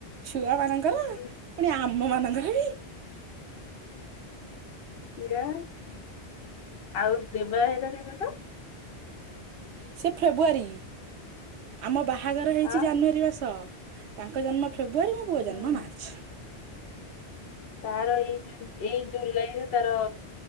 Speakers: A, on the right; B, on the left.
A: ଛୁଆଙ୍କର
B: ହ
A: ପୁଣି ଆମ ମାନଙ୍କର ବି।
B: ସିଏ ଆଉ ଦେବା ଭାଇ <unintelligible>
A: ସେ ଫେବୃଆରୀ ଆମ ବାହାଘର ହେଇଛି
B: ଆଁ
A: ଜାନୁଆରୀ ମାସ। ତାଙ୍କ ଜନ୍ମ ଫେବୃୁୟରୀ ମୋ ପୁଅ
B: ହୁଁ
A: ଜନ୍ମ ମାର୍ଚ୍ଚ।
B: ତାର ଏଇ ଜୁଲ୍ ଏଇ ଜୁଲାଇରେ ତାର